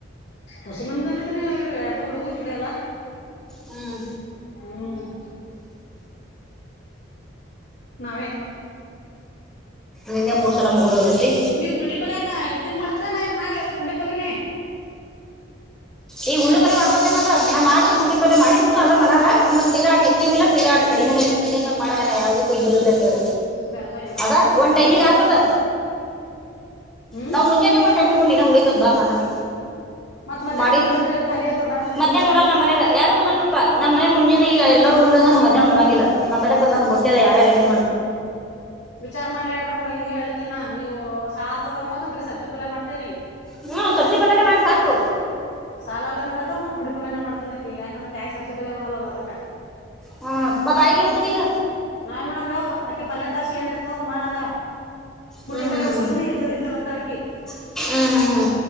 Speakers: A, on the left; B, in the centre.
A: ಹೊಸ ಮಂದಜಾಲಕ್ಕೆ ಇವರು ಎರಡು ಹುಡುಗರು ಕುಡಿಯಲ್ಲ
B: ಹ್ಮ್
A: ಹ್ಮ್ ನಾವೇ
B: ನಿನ್ನೆ ಮೂರ್ ಸಲ ಮುಗದೋದೈತಿ
A: ನೀವು ಪುಂಡಿಪಲ್ೆಯನ ಹೆ ಮಾಡ್ತರಾ ನಾ ಇಲ್ಲಿ ಮಾಡ್ಲ ಅದ ತುಂಡಿ ಪಲ್ಲನೇ
B: ಈ ಹುಳ್ಳು ಕ ಮಾಡ್ಕೊತೇನಲ್ಲಾ ನಾ ಮಾಡ್ರ್ಖಂಡಪಲ್ಲ ಮಾಡ್ ಬಿಡು ಅದ ಮನಾರ ಅ್ರ ತೀರಾಟ ಎತ್ತಿನ ಇ ತೀರಾ ಕಡಿಮೆ ಇ ಮೀಡಿಯಮ ಆಗ ಮಾಡೋೇನ ಯಾವ್ದು ಇದ್ರರ್ಲ ಕೇಳ
A: ಬೇಡಪಾ ಎಮರ್ಜೆನ್ಸಿ
B: ಅದ
A: ಮಾಡ್ತೇನಿ
B: ಒಂದ್ ಟೈಮಿಗೆ ಆಗ್ತದ
A: ಹ್ಮ್
B: ನಾ್ ಮುಂಜಾನೆ ಒಂದ್ಟಮಿಗೆ ಹೋಗ್ಿನ ಉಳಿತದ ಬಾ ಮನರ್
A: ಮತ್ ಮಧ್ಯಾಹ್ನ
B: ಮಾಡಿ
A: ಕುಂಡ್ರ ಅಂದ್ರೆ ಏನ್ ಖಾಲಿ ಆತ ಬೇಡ ಸುಮ್ಮಕಿ
B: ಮಧ್ಯಾಹ್ ಉಣಲ್ ನಮ್ಮ ಮನಾಗ ಯಾರು ಉಣಲ್ ರೂಪಾ ನಮ್ಮ್ ಮನೆ ಮುಂಜಾನೆ ಈಗ ಎಲ್ಲ ಹ ನ ಮ್ಯಾಹ್ ಉಂಗಿಲ್ಲ ನಮ್ಮಲ್ಲ ಗೊತ್ತ ಯಾರುಏನು
A: ವಿಚಾರ ಮಾಡಿ ಹೇಳ್ರಿ ನೋಡ ಈಗ ಹೇಳ ನೀವು ಸಾಲ್ತದಂದ್ರನ ಬರೀ ಸಬ್ಸಿ ಪಲ್ಯ ಮಾಡ್ೇನಿ
B: ಹ್ಮ್ ಸಬ್ಜಿ ಪಫಲಾನೆ ಮಾಡಿ ಸಾಕು
A: ಸಾಲ ಅಂದ್ರ ಅಂದ್ರ ನಾವು ಪುಂಡಿ ಪಲ್ಯನ ಮಾಡತನಕಿ ಯಾಕಂದ್ರೆ ಕಾಯಿ ಸಬ್ಸಿ ಪಲ್ಯ ಉಳಲ್ಲ ಅದಕ
B: ಹ್ಮ ಮತ್ತ ಆಗ ನ್ ಕುಡ್ತಿಗ
A: ನಾ ಏನ್ ಮಾಡಂದೆ ಹೋಗ ಅಕಿ ಪಲ್ಲ ತಾರ್ಷಿ ಏನ್ ಎಸತೋಗ ಮಾಡಂದ ಮುಂಡೆಪಲ್ಲ
B: ಹ್ಮ್ ಹ್ಮ್
A: ಉಂಡರನು ಯಜೂರಿ ಚದತ್ತಕ್ಕೆಿ
B: ಹ್ಮ್ ಹ್ಮ್ ಹ್ಮ್ ಹ್ಮ್